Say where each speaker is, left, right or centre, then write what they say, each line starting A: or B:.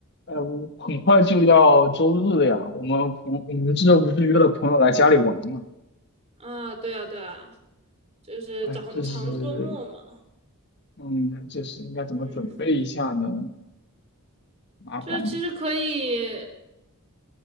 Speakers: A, on the left (about 50°); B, on the right (about 30°).
A: 呃，我很快就要周日了呀，我们朋我们这周不是约了朋友来家里玩嘛？
B: 啊，对啊，对啊，就是长长周末嘛，
A: 哎，这是，嗯，这是应该怎么准备一下呢？
B: 嗯，
A: 麻烦了。
B: 就是其实可以